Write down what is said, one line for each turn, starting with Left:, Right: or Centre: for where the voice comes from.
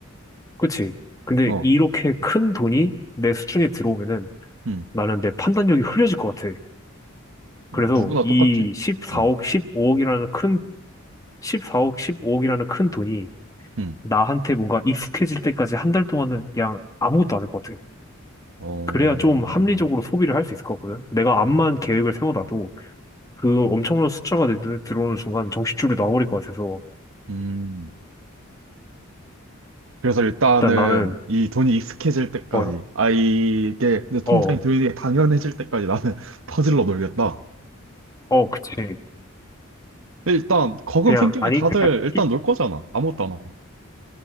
Left: 그치? 근데
Right: 어,
Left: 이렇게 큰 돈이 내 수중에 들어오면은
Right: 음.
Left: 나는 내 판단력이 흐려질 것 같아.
Right: 누구나
Left: 그래서 이
Right: 똑같지?
Left: 14억,
Right: 어,
Left: 15억이라는 큰, 14억, 15억이라는 큰 돈이
Right: 음.
Left: 나한테 뭔가 익숙해질 때까지 한 달 동안은 그냥 아무것도 안 할 것 같아.
Right: 어,
Left: 그래야 좀
Right: 음,
Left: 합리적으로 소비를 할 수 있을 것 같거든. 내가 암만
Right: 음,
Left: 계획을 세워놔도 그 엄청난 숫자가 내 눈에 들어오는 순간 정신줄이 나와버릴 것 같아서
Right: 음. 그래서 일단은
Left: 일단 나는,
Right: 이 돈이 익숙해질 때까지,
Left: 어,
Right: 아, 이게 내 통장에
Left: 어,
Right: 돈이 당연해질 때까지 나는 <laughs> 퍼질러 놀겠다.
Left: 어, 그치.
Right: 일단, 거금
Left: 그냥,
Right: 생기면
Left: 아니,
Right: 다들
Left: 그냥,
Right: 일단
Left: 이-
Right: 놀 거잖아. 아무것도 안 하고.